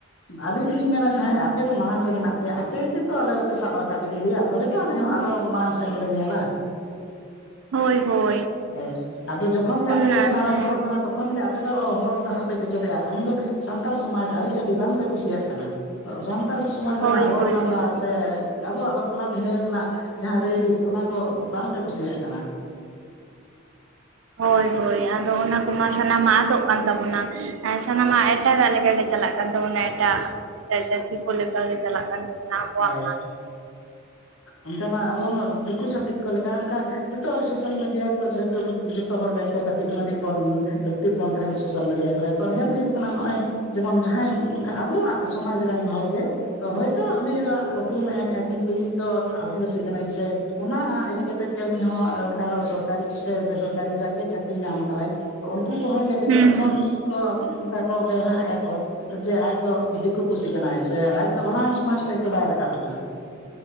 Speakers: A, on the left (about 75°); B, on the right (about 75°).
A: ᱟᱹᱞᱤᱧ ᱫᱚᱞᱤᱧ ᱢᱮᱱᱟ ᱡᱟᱦᱟᱸᱭ ᱟᱯᱮ ᱫᱚ ᱢᱟᱲᱟᱝ ᱨᱮ ᱢᱮᱱᱟᱜ ᱯᱮᱭᱟ ᱟᱯᱮ ᱜᱤᱛ ᱛᱚ ᱟᱞᱮ ᱫᱚᱯᱮ ᱥᱟᱵ ᱨᱟᱠᱟᱵ ᱤᱫᱤᱞᱮᱭᱟ ᱛᱚᱵᱮ ᱛᱚ ᱟᱞᱮ ᱦᱚᱸ ᱟᱨᱚ ᱢᱟᱲᱟᱝ ᱥᱮᱱ ᱞᱮ ᱧᱮᱞᱟ᱾
B: ᱦᱳᱭ ᱦᱳ᱾
A: ᱦᱳᱭ, ᱟᱫᱚ ᱡᱚᱠᱷᱚᱱ ᱜᱮ ᱟᱯᱮ
B: ᱢᱟᱱᱮ
A: ᱯᱮ ᱢᱟᱨᱟᱝ ᱦᱚᱲᱚᱜ ᱠᱟᱱᱟ ᱛᱚᱠᱷᱚᱱ ᱜᱮ ᱟᱯᱮ ᱫᱚ ᱦᱚᱨ ᱰᱟᱦᱟᱨ ᱯᱮ ᱠᱮᱪᱮᱫᱮᱜᱼᱟ ᱩᱱᱫᱚ ᱥᱟᱱᱛᱟᱲ ᱥᱚᱢᱟᱡᱽ, ᱟᱹᱨᱤᱪᱟᱹᱞᱤ ᱵᱟᱝᱯᱮ ᱠᱩᱥᱤᱭᱟᱜ ᱠᱟᱱᱟ᱾ ᱥᱟᱱᱛᱟᱲ ᱥᱚᱢᱟᱡᱽ
B: ᱦᱳᱭ
A: ᱨᱮᱱᱟᱜ
B: ᱦᱳᱭ
A: ᱨᱚᱲ
B: ᱦᱳᱭ
A: ᱞᱟᱸᱫᱟ ᱥᱮ ᱟᱵᱚᱣᱟᱜ ᱵᱟᱯᱞᱟ ᱵᱤᱦᱟᱹ ᱨᱮᱱᱟᱜ ᱡᱟᱦᱟᱸ ᱨᱟᱹᱭᱨᱤᱛ ᱚᱱᱟ ᱠᱚ ᱵᱟᱝᱯᱮ ᱠᱩᱥᱤᱭᱟᱜ ᱠᱟᱱᱟ?
B: ᱦᱳᱭ ᱦᱳᱭ ᱟᱫᱚ ᱚᱱᱟ ᱠᱚᱢᱟ ᱥᱟᱱᱟᱢᱟᱜ ᱟᱫᱚᱜ ᱠᱟᱱ ᱛᱟᱵᱚᱱᱟ᱾ᱟᱨ ᱥᱟᱱᱟᱢᱟᱜ ᱮᱴᱟᱜᱟᱜ ᱞᱮᱠᱟᱜᱮ ᱪᱟᱞᱟᱜ ᱱᱮᱛᱟᱨ ᱫᱚ ᱢᱟᱱᱮ ᱮᱴᱟᱜ ᱮᱴᱟᱜ ᱡᱟᱹᱛᱤ ᱠᱚ ᱞᱮᱠᱟᱜᱮ ᱪᱟᱞᱟᱜ ᱠᱟᱱ ᱛᱟᱵᱚᱱᱟ᱾ ᱟᱵᱚᱣᱟᱜ
A: ᱦᱳᱭ᱾
B: ᱢᱟ
A: ᱚᱱᱠᱟ ᱢᱟ ᱟᱵᱚ ᱦᱚᱸ ᱫᱤᱠᱩ ᱪᱷᱟᱹᱛᱤᱠ ᱠᱚ ᱞᱮᱠᱟ ᱚᱱᱠᱟ ᱱᱤᱛᱚᱜ ᱦᱚ ᱥᱚᱥᱟᱞ ᱢᱤᱰᱤᱭᱟ ᱠᱚ ᱡᱷᱚᱛᱚᱜᱮ ᱡᱚᱛᱚ ᱦᱚᱲ ᱜᱮ ᱮᱱᱠᱟ ᱠᱟᱴᱤᱡ ᱠᱟᱹᱴᱤᱡ ᱵᱚᱱ ᱮᱠᱴᱤᱵᱷ ᱵᱚᱱ ᱛᱟᱦᱮᱱ ᱥᱚᱥᱟᱞ ᱢᱤᱰᱤᱭᱟ ᱠᱚᱨᱮ ᱛᱚ ᱧᱮᱞ ᱦᱩᱭᱩᱜ ᱠᱟᱱᱟ ᱱᱚᱜᱼᱚᱭ ᱡᱮᱢᱚᱱ ᱡᱟᱦᱟᱸᱭ ᱟᱵᱩᱣᱟᱜ ᱥᱚᱢᱟᱡᱽ ᱨᱮᱱ ᱦᱚᱲ ᱜᱮ ᱛᱚ ᱦᱚᱭᱛᱚ ᱩᱱᱤ ᱫᱚ ᱩᱯᱨᱩᱢᱮ ᱮᱢᱮᱜᱼᱟ ᱠᱤᱱᱛᱩ ᱤᱧ ᱫᱚ ᱟᱹᱫᱤᱵᱟᱹᱥᱤ ᱠᱟᱹᱱᱟᱹᱧ ᱥᱮ ᱚᱱᱟ ᱤᱫᱤ ᱠᱟᱛᱮᱫ ᱜᱮ ᱩᱱᱤ ᱦᱚᱸ ᱚᱱᱠᱟ ᱫᱚ ᱥᱚᱨᱠᱟᱨᱤ ᱥᱮ ᱵᱮᱥᱚᱨ ᱠᱟᱨᱤ ᱪᱟᱠ ᱜᱮ ᱪᱟᱹᱠᱨᱤ ᱧᱟᱢ ᱠᱟᱫᱟᱭ ᱛᱚ ᱩᱱᱠᱩ ᱠᱚ ᱦᱚᱲ ᱜᱮ ᱱᱤᱛᱚᱜ
B: ᱦᱩᱸ
A: ᱮᱢᱚᱱ,
B: ᱦᱩᱸ
A: ᱠᱚ ᱚᱱᱠᱟ ᱠᱚ ᱵᱮᱣᱦᱟᱨ ᱮᱫᱼᱟ ᱠᱚ᱾ ᱡᱮ ᱟᱡ ᱫᱚ ᱫᱤᱠᱩ ᱯᱩᱥᱤ ᱠᱟᱱᱟᱭ ᱥᱮ ᱟᱡ ᱫᱚ ᱚᱱᱟ ᱥᱚᱢᱟᱡ ᱠᱷᱚᱡ ᱫᱚ ᱵᱟᱭ ᱨᱟᱠᱟᱵ ᱟᱠᱟᱱᱟ᱾